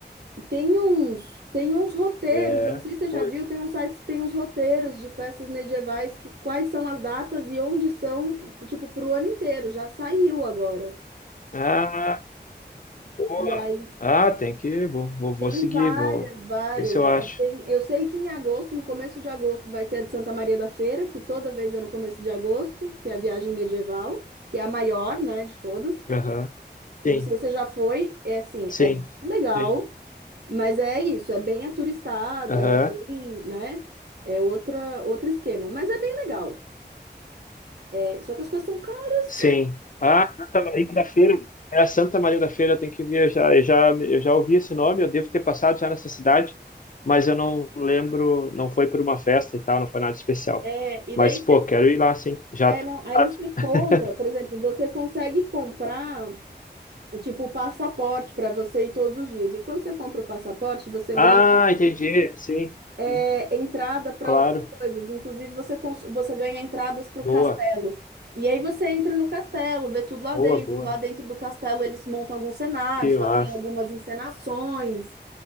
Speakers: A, on the right; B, on the left.
A: Tem uns, tem uns roteiros,
B: É,
A: eu não sei se você já
B: foi.
A: viu, tem uns sites que tem uns roteiros de festas medievais que quais são as datas e onde são, tipo, pro ano inteiro, já saiu agora.
B: Ah, boa.
A: E aí
B: Ah, tem que. Vou, vou, vou
A: tem
B: seguir,
A: várias,
B: vou
A: várias.
B: ver se eu
A: é,
B: acho.
A: é, tem- eu sei que em agosto, no começo de agosto, vai ter a de Santa Maria da Feira, que toda vez é no começo de agosto, que é a viagem medieval, que é a maior, né, de todas.
B: Aham.
A: Eu
B: Sim,
A: não sei se você já foi, é assim,
B: sim,
A: é bem legal.
B: sim.
A: Mas é isso, é bem aturistada,
B: Aham.
A: é bem, né? É outra, outro esquema, mas é bem legal. É, só que as coisas são caras.
B: Sim.
A: <laughs>
B: Ah, Santa Maria da Feira. É a Santa Maria da Feira, eu tenho que viajar. Eu já, eu já ouvi esse nome, eu devo ter passado já nessa cidade, mas eu não lembro, não foi por uma festa e tal, não foi nada especial.
A: É, e
B: Mas,
A: daí você,
B: pô, quero ir lá, sim. Já
A: é,
B: tô...
A: não, aí
B: <laughs>
A: você compra, por exemplo, você consegue comprar tipo o passaporte para você ir todos os dias. E quando você compra o passaporte, você
B: Ah,
A: ganha
B: entendi. Sim,
A: é,
B: sim.
A: entrada para
B: Claro.
A: outras coisas. Inclusive, você, cons- você ganha entradas para
B: Boa,
A: o castelo. E aí você entra no castelo, vê tudo lá
B: boa,
A: dentro.
B: boa.
A: Lá dentro do castelo eles montam alguns cenários,
B: Que
A: fazem
B: massa.
A: algumas encenações.